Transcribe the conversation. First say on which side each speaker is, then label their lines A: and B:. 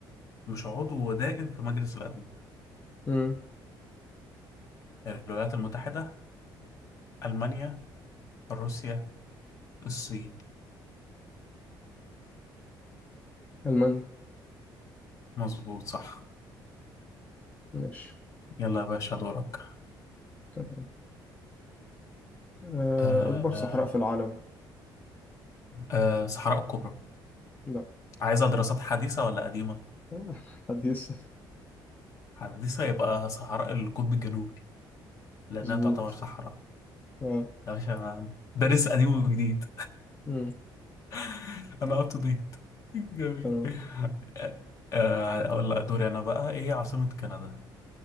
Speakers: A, on the left; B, on the left.
A: مش عضو دائم في مجلس الامن
B: مم.
A: الولايات المتحدة المانيا روسيا الصين
B: ألمانيا
A: مظبوط صح
B: ماشي
A: يلا يا باشا دورك
B: تمام آه،
A: آه،
B: أكبر صحراء
A: آه،
B: في العالم
A: آه، صحراء الكبرى
B: لأ
A: عايزة دراسات حديثة ولا قديمة؟
B: <laughs> حديثة
A: حديثة يبقى صحراء القطب الجنوبي لأنها
B: مظبوط
A: تعتبر صحراء
B: اه
A: يا باشا دارس قديم وجديد
B: مم.
A: <laughs> أنا أب تو ديت <laughs> جميل
B: تمام
A: آه، آه، أقول لك دوري أنا بقى إيه هي عاصمة كندا؟